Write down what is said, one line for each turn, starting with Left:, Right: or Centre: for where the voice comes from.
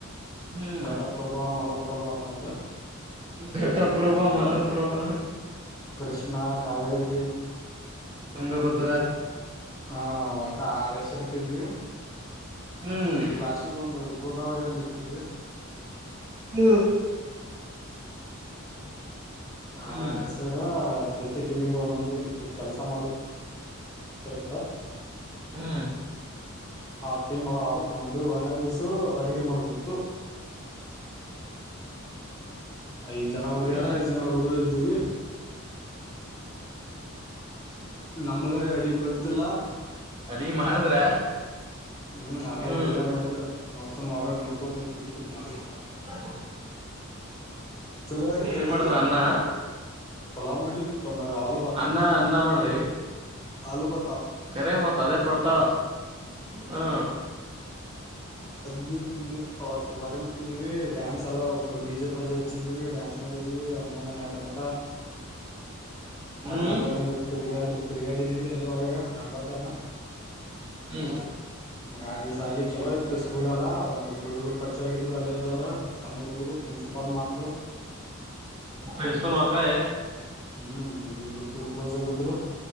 Right: ಹ್ಮ್
Left: ಘಟಪ್ ಪ್ರಭಾ ಮಲಪ್ರಭಾ ತಂದ.
Right: ಗಟಪ್ರಭ ಮಲಪ್ರಭ.
Left: ಕೃಷ್ಣ ಕಾವೇರಿ.
Right: ತುಂಗಭದ್ರಾ.
Left: ಹ ಒಟ್ಟ ಆರ್ ಹೆಸರ್ ಇಟ್ಟಿದೀವಿ.
Right: ಹ್ಮ್.
Left: ಲಾಸ್ಟಿಗ್ ಒಂದು ಗೋದಾವರಿ ಒಂದ್ ಇಟ್ಟಿದೀವಿ.
Right: ಹ್ಮ
Left: ಆರ್
Right: ಹ್ಮ್
Left: ಎಸ್ ತರ ಪ್ರತಿ ಟೀಮಿಗೆ ಒಂದೊಂದು ಇಟ್ಟಿಟ್ಟ ಕೆಲಸ ಮಾಡೊದಿರುತ್ತ.
Right: ಹ್ಮ್
Left: ಆ ಟೀಮ್ ನಮ್ದು ಒಂದೇ ದಿವ್ಸು ಅಡುಗೆ ಮಾಡೊದಿತ್ತು. ಐದ್ ಜನ ಹುಡ್ಗಿಯಾರ
Right: ಹ್ಮ್
Left: ಐದ್ ಜನ ಹುಡುಗರ ಇದ್ದೀವಿ. ನಮ್ಗರಿ ಅಡಿಗ್ ಗೊತ್ತಿಲ್ಲ
Right: ಅಡ್ಗಿ ಮಾಡಿದ್ರ
Left: ಹ್ಮ್ ಆವ್ರೆ
Right: ಹ್ಮ್
Left: ಹುಡುಗಿಯರ್ ಮಾಡಿದ್ರ ನಾವ್ ಸುಮ್ ಅವರಾಗ ನೋಡ್ಕೋತ ನಿಂತ್ ಬಿಟ್ಟಿದ್ದು ಮಾಡೊದ
Right: <inaudible>
Left: ಚಲೊ ಆಗಿತ್
Right: ಏನ್
Left: ಅಡಿಗೆ
Right: ಮಾಡಿದ್ರ ಅನ್ನ
Left: ಪಲಾವ್ ಮಾಡಿದ ಆಲು
Right: ಅನ್ನ ಅನ್ನ ಮಾಡ್ರಿ
Left: ಆಲೂಬ
Right: ಕರೆ ಮಾತ್ ಅದೇ ಪಡ್ತಾ ಹ್ಮ
Left: ಅದ್ನ್ ತಿಂದಿವಿ ಅವತ್ತು ಬಾರಿ ತಿಂದಿವಿ ಡ್ಯಾನ್ಸ್ ಎಲ್ಲ ಡಿಜೆ ಪಾಜೆ ಹಚ್ಚಿದಿವಿ ಡಾನ್ಸ್ ಮಾಡಿದೀವಿ ಅನ್ನೊಂದ್ ಆಟರ್ ಮಠ ಮತ್ತ
Right: ಹ್ಮ್
Left: ಅಂಗಟ ಹಂಗ ತಿರ್ಗಾಡಿ ತಿರ್ಗಾಡಿದೀವಿ ಅಲ್ಲೇ ಹೊರಗ ಕ್ಯಾಂಪಸ್ದಾಗ
Right: ಹ್ಮ
Left: ಮೂರ ಆರ್ ದಿವ್ಸ ಅಲ್ಲಿ ಚಲೋಯ್ತ್ ಸ್ಕೂಲ್ಲ್ಲ ಒಂದಿಬ್ರು ಹುಡುಗರು ಪರಿಚಯಗಿದ್ರು ಅಲ್ಲೇದವರು. ಸಣ್ಣ ಹುಡುಗರು ಪ್ರಿನ್ಸಿಪಾಲ್ ಮಕ್ಕಳು
Right: ಪ್ರಿನ್ಸಿಪಾಲ್ ಮಕ್ಕಳ
Left: ಹ್ಮ ಒಂದಿಬ್ರು ಪುಲ್ ಕ್ಲೋಸಾಗ್ಗಿದ್ರು